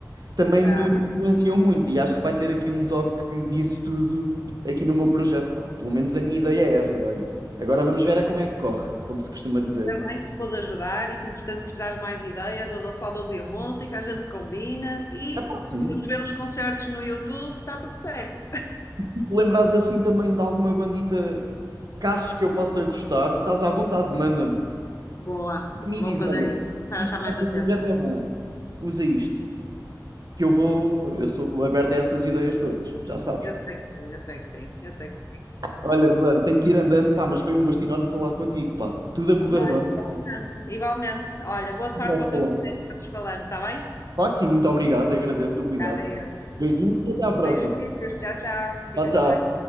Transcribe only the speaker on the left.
Ya.
Ainda bem que pude ajudar e se entretanto precisares mais ideias ou só de ouvir música, a gente combina e
vamos ver uns concertos no YouTube, está tudo certo.
Boa,
vou
fazer
isso. Começar
a estar mais
atenta.
Eu sei que sim, eu sei que sim, eu sei que sim.
Igualmente, igualmente. Olha, boa sorte
para o
teu projeto, que estamos falando, está bem?
Obrigada, eu.
Beijinhos, tchau, tchau. Fica
bem.